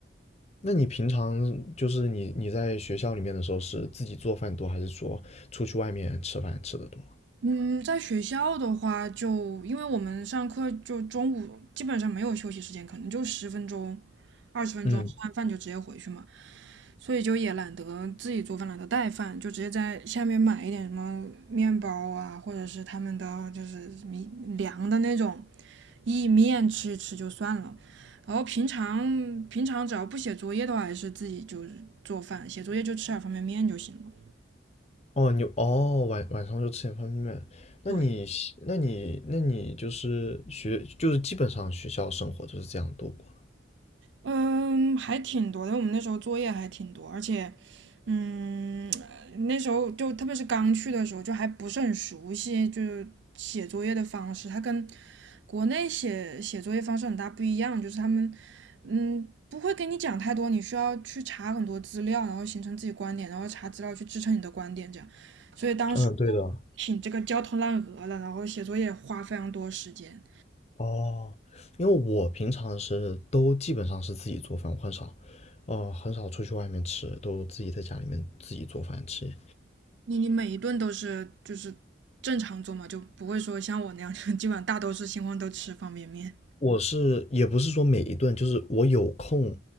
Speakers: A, on the left; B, on the right.
A: 那你平常就是你你在学校里面的时候是自己做饭多，还是说出去外面吃饭吃的多？
B: 嗯，在学校的话就，因为我们上课就中午基本上没有休息时间，可能就十分钟、二十分钟，
A: 嗯，
B: 吃完饭就直接回去嘛，所以就也懒得自己做饭，懒得带饭，就直接在下面买一点什么面包啊，或者是他们的就是米凉的那种意面吃一吃就算了。然后平常平常只要不写作业的话，还是自己就是做饭，写作业就吃点方便面就行了。
A: 哦，你哦晚晚上就吃点方便面。那你喜那你那你就是学就是基本上学校生活就是这样度过。
B: 对。嗯，还挺多的。我们那时候作业还挺多，而且，嗯，那时候就特别是刚去的时候，就还不是很熟悉，就是写作业的方式，它跟国内写写作业方式很大不一样。就是他们，嗯，不会跟你讲太多，你需要去查很多资料，然后形成自己观点，然后查资料去支撑你的观点，这样。所以当时
A: 嗯，对的。
B: 挺这个焦头烂额的，然后写作业花非常多时间。
A: 哦，因为我平常是都基本上是自己做饭，我很少，哦、很少出去外面吃，都自己在家里面自己做饭吃。
B: 你你每一顿都是就是正常做嘛，就不会说像我那样，就基本上大多是情况都吃方便面，
A: 我是也不是说每一顿，就是我有空